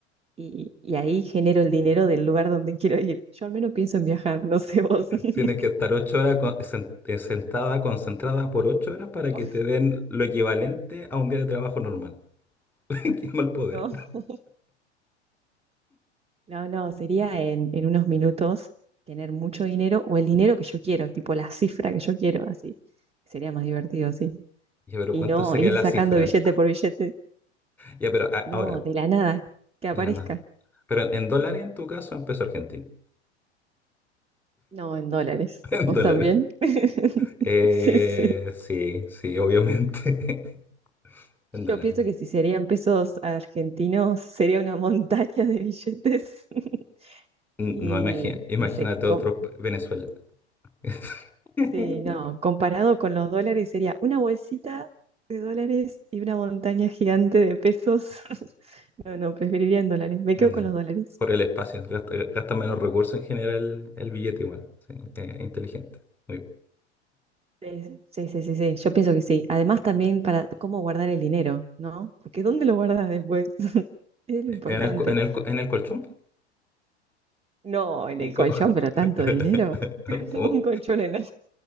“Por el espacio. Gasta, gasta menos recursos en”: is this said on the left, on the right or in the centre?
Centre